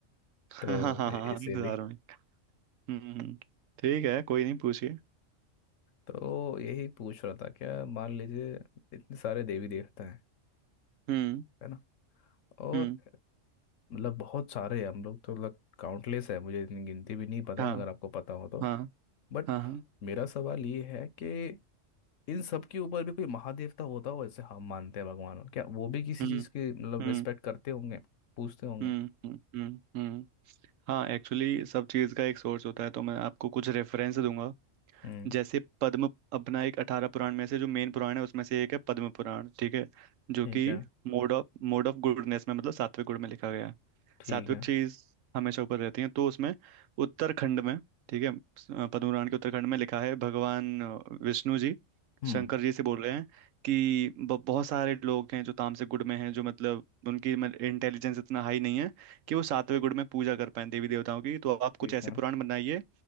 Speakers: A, on the right (about 80°); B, on the left (about 75°).
A: हाँ
B: तो
A: हाँ हाँ हाँ,
B: इसीलिए
A: इंतजार <laughs> में हम्म हम्म, ठीक है कोई नहीं पूछिए
B: तो यही पूछ रहा था क्या मान लीजिए इतने सारे देवी देवता हैं
A: हम्म
B: है ना और
A: हम्म
B: मतलब बहुत सारे हैं हम लोग तो लग काउंटलेस है मुझे इतनी गिनती भी नहीं पता
A: हाँ
B: है अगर आपको पता हो तो
A: हाँ
B: बट
A: हाँ हाँ
B: मेरा सवाल ये है कि इन सब के ऊपर भी कोई महादेवता होता हो ऐसे हम मानते हैं भगवान को। क्या वो भी किसी
A: हम्म
B: चीज़ की मतलब
A: हम्म
B: रिस्पेक्ट करते होंगे पूछते होंगे
A: हम्म हम्म हम्म हम्म। हाँ एक्चुअली सब चीज़ का एक सोर्स होता है तो मैं आपको कुछ रेफरेंस दूंगा
B: हम्म
A: जैसे पद्म अपना एक अठारह पुराण में से जो मेन पुराण है उसमें से एक है पद्म पुराण ठीक है जो
B: ठीक
A: कि
B: है
A: mode of mode of goodness में मतलब सात्विक गुण में लिखा गया है
B: ठीक
A: सात्विक
B: है
A: चीज हमेशा ऊपर रहती है तो उसमें उत्तराखंड में ठीक है अ, पद्म पुराण के उत्तराखंड में लिखा है भगवान अ, विष्णु जी
B: हम्म
A: शंकर जी से बोल रहे हैं कि ब- बहुत सारे लोग हैं जो तामसिक गुण में हैं जो मतलब उनकी इंटेलिजेंस इतना हाई नहीं है कि वो सातवें गुण में पूजा कर पाए देवी देवताओं की तो आप
B: ठीक
A: कुछ ऐसे
B: है
A: पुराण बनाइए